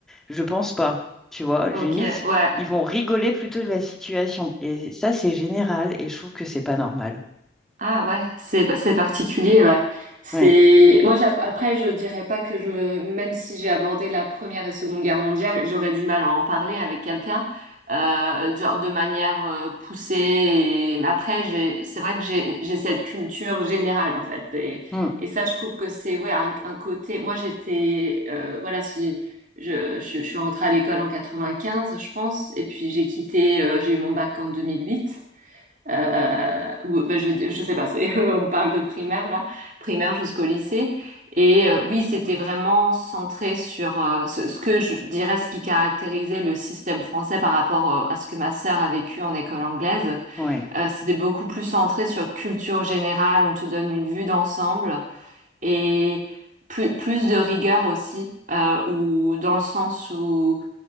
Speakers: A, in the centre; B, on the right.
A: Je pense pas. Tu vois,
B: Ok,
A: limite,
B: ouais.
A: ils vont rigoler plutôt de la situation. Et ça, c'est général et je trouve que c'est pas normal.
B: Ah ouais, c'est c'est particulier, ouais. C'est
A: Ouais.
B: moi j'avoue- après je dirais pas que je me même si j'ai abordé la Première et Seconde Guerre mondiale, j'aurais du mal à en parler avec quelqu'un euh, genre de manière euh, poussée et mais après j'ai c'est vrai que j'ai j'ai cette culture générale en fait et
A: Mm.
B: et ça je trouve que c'est ouais un, un côté moi j'étais euh, voilà si je, je je suis rentrée à l'école en 95 je pense et puis j'ai quitté euh, j'ai eu mon bac en 2008 euh, ou ben, je veux dire, je sais pas, c'est, <laughs> on parle de primaire là, primaire jusqu'au lycée. Et euh, oui, c'était vraiment centré sur euh, ce, ce que je dirais, ce qui caractérisait le système français par rapport euh, à ce que ma sœur a vécu en école anglaise.
A: Ouais.
B: Euh, c'était beaucoup plus centré sur culture générale, on te donne une vue d'ensemble et plus, plus de rigueur aussi, euh, ou dans le sens où